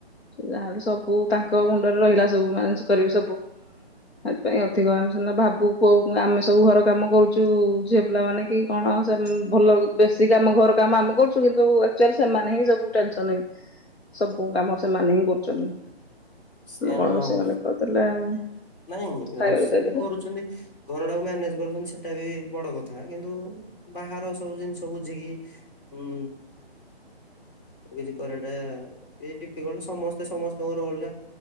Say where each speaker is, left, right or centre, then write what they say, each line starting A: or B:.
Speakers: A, on the left; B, on the left.
A: ଯାହାହେଲେ ସବୁ ତାଙ୍କ ମୁଣ୍ଡରେ ରହିଲା ସବୁ ମ୍ୟାନେଜ କରିବେ ସବୁ ସେଥିପାଇଁ
B: ହୁଁ,
A: ଅଧିକ ଆମେ ସିନା ଭାବୁ କୋଉ ଆମେ ସବୁ ଘର କାମ କରୁଛୁ ଝିଅ ପିଲା ମାନେ କି କଣ ଭଲ ବେଶୀ କାମ ଘର କାମ ଆମେ କରୁଛୁ କିନ୍ତୁ ଆକଚୁଆଲି ସେମାନେ ହିଁ ସବୁ ଟେନସନ ସବୁ କାମ ସେମାନେ ହିଁ କରୁଛନ୍ତି।
B: ସେୟା
A: ଆମେ କଣ
B: ନୁହଁ
A: ରୋଷେଇ
B: ଆଉ
A: ଗଣ୍ଡେ କରିଦେଲେ ଆଉ
B: ନାଇଁ
A: ଖାଇବାକୁ
B: ରୋଷେଇ
A: ଦେଇଦେଲେ
B: ବି କରୁଛନ୍ତି। ଘରଟାକୁ ମ୍ୟାନେଜ କରୁଛନ୍ତି ସେଟା ବି ବଡ କଥା କିନ୍ତୁ ବାହାର ସବୁ ଜିନିଷ ବୁଝିକି ଉଁ ଏ ଯୋଉ କରିବାଟା ଡିଫିକଲ୍ଟ କଣ ସମସ୍ତେ ସମସ୍ତଙ୍କ ରୋଲ ଟା